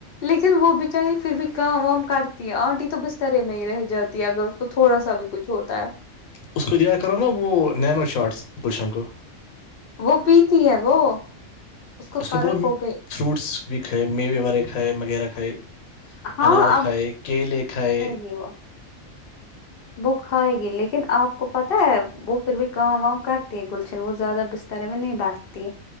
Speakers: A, on the left; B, on the left.
A: لیکن وہ بچاری پھر بھی کام وام کاٹتی ہے آنٹی تو بسترے میں ہی رہ جاتی ہے اگر تو تھوڑا سا بھی کچھ ہوتا ہے
B: اس کو دیا کرو نا وہ نینو شارٹس پشن کو
A: وہ پیتی ہے وہ کو
B: اس
A: فرق
B: کا بولو
A: ہو گئی
B: فروٹس بھی کھائے میوے والے کھائے وغیرہ کھائے
A: ہاں
B: انار
A: اب
B: کھائے کیلے کھائے
A: گی وہ وہ کھائے گی لیکن آپ کو پتہ ہے وہ پھر بھی کام وام کرتے ہیں گلشن وہ زیادہ بست برے میں نہیں بیٹھتی ہے